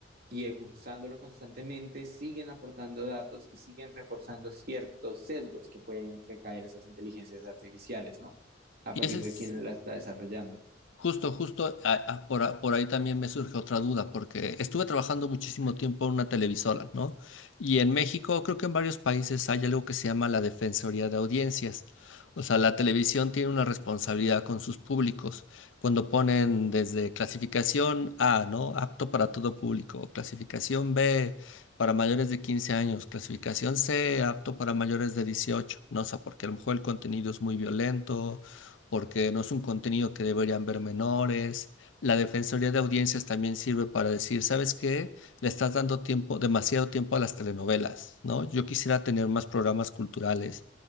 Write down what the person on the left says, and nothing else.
Y
ese es...
Justo, justo, a- a- por, a- por ahí también me surge otra duda, porque estuve trabajando muchísimo tiempo en una televisora, ¿no? Y en México, creo que en varios países hay algo que se llama la Defensoría de Audiencias. O sea, la televisión tiene una responsabilidad con sus públicos. Cuando ponen desde clasificación A, ¿no? Apto para todo público. Clasificación B, para mayores de 15 años. Clasificación C, apto para mayores de 18. No, o sea, porque a lo mejor el contenido es muy violento porque no es un contenido que deberían ver menores. La Defensoría de Audiencias también sirve para decir, ¿sabes qué? Le estás dando tiempo, demasiado tiempo a las telenovelas, ¿no? Yo quisiera tener más programas culturales,